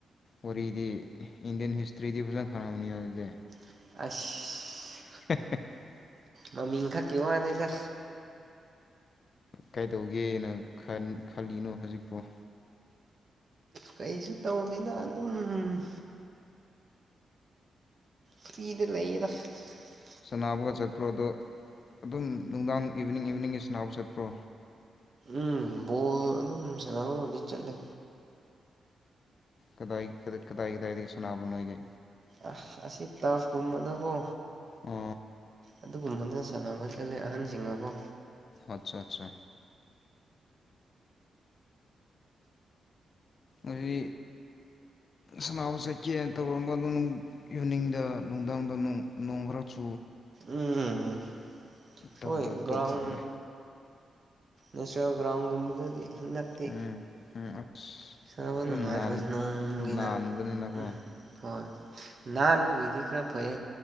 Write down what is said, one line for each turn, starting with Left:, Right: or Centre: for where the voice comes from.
Left: ꯋꯥꯔꯤꯗꯤ ꯏꯟꯗꯤꯌꯥꯟ ꯍꯤꯁꯇ꯭ꯔꯤꯗꯤ ꯐꯖꯅ ꯈꯪꯉꯝꯃꯅꯤ ꯑꯗꯨꯗꯤ
Right: ꯑꯁ
Left: <unintelligible>
Right: ꯃꯃꯤꯡ ꯈꯛꯀꯤ ꯋꯥꯅꯦꯗ
Left: ꯀꯥꯏꯗꯧꯒꯦꯅ ꯈꯟ ꯈꯜꯂꯤꯅꯣ ꯍꯧꯖꯤꯛꯄꯨ
Right: ꯀꯩꯁꯨ ꯇꯧꯗꯦꯗ ꯑꯗꯨꯝ ꯐ꯭ꯔꯤꯗ ꯂꯩꯗ <unintelligible>
Left: ꯁꯟꯅꯥꯕꯒ ꯆꯠꯄ꯭ꯔꯣ ꯑꯗꯣ ꯑꯗꯨꯝ ꯅꯨꯡꯗꯥꯡ ꯏꯚꯤꯅꯤꯡ ꯏꯚꯤꯅꯤꯡꯒꯤ ꯁꯟꯅꯥꯕ ꯆꯠꯄ꯭ꯔꯣ
Right: ꯎꯝ ꯕꯣꯜ ꯑꯗꯨꯝ ꯁꯥꯟꯅꯕꯕꯨꯗꯤ ꯆꯠꯂꯦ
Left: ꯀꯗꯥꯏ ꯀꯗꯥꯏ ꯀꯗꯥꯏꯗꯒꯤ ꯁꯅꯥꯕ ꯅꯣꯑꯣꯏꯗꯤ
Right: ꯑ ꯑꯁꯤ ꯇꯔꯐ ꯀꯨꯝꯕꯗꯀꯣ
Left: ꯎ
Right: ꯑꯗꯨꯒꯨꯝꯕꯅ ꯁꯥꯟꯅꯕ ꯆꯠꯂꯦ ꯑꯍꯟꯁꯤꯡꯒꯀꯣ
Left: ꯑꯠꯆꯥ ꯑꯠꯆꯥ ꯑꯗꯨ ꯁꯅꯥꯕꯨ ꯆꯠꯀꯦ ꯇꯧꯔꯝꯕꯗꯣ ꯌꯨꯅꯤꯡꯗ ꯅꯨꯡꯗꯥꯡꯗ ꯅꯣꯡꯔ ꯆ
Right: ꯎꯝ
Left: ꯇꯜꯂꯒ
Right: ꯍꯣꯏ ꯒ꯭ꯔꯥꯎꯟ
Left: ꯇꯣꯛꯈ꯭ꯔꯕꯅꯦ
Right: ꯅꯦꯁꯅꯦꯜ ꯒ꯭ꯔꯥꯎꯟꯒꯨꯝꯕꯗꯗꯤ ꯍꯟꯗꯛꯇꯤ
Left: ꯎꯝ ꯎꯝ ꯑꯁ
Right: ꯁꯥꯕ
Left: ꯑꯗꯨꯝ
Right: ꯅꯨꯡꯉꯥꯏꯔꯣꯏ
Left: ꯅꯥꯟ
Right: ꯅꯣꯡꯒꯤꯅ
Left: ꯅꯥꯟꯕꯅꯤꯅꯀꯣ
Right: ꯎꯝ ꯍꯣꯏ ꯅꯥꯟꯕꯒꯤꯗꯤ ꯈꯔ ꯐꯩ